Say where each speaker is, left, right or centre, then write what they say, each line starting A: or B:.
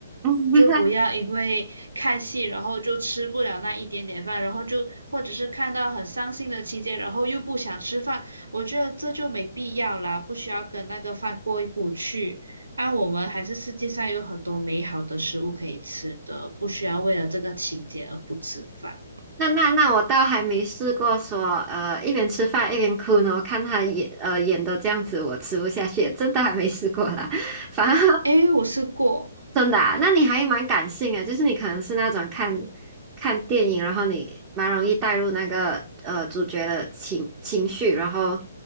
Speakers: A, on the right (about 25°); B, on the right (about 80°).
A: <laughs>
B: 就不要因为看戏，然后就吃不了那一点点饭，然后就或者是看到很伤心的情节，然后又不想吃饭，我觉得这就没必要啦，不需要跟那个饭过意不去。啊，我们还是世界上有很多美好的食物可以吃的，不需要为了这个情节而不吃饭。
A: 那那那我倒还没试过说呃一边吃饭一边哭呢。我看他演呃演的这样子，我吃不下去，真的还没试过啦。<laughs> 反而
B: 诶，我试过，
A: 真的啊？那你还蛮感性的，就是你可能是那种看看电影，然后你蛮容易带入那个呃主角的情情绪，然后